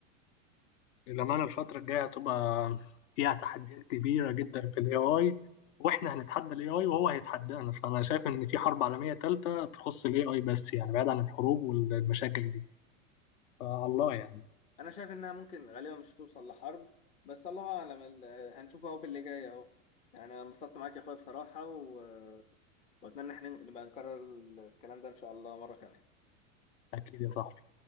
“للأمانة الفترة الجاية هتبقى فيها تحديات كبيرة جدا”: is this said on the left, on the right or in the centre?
Left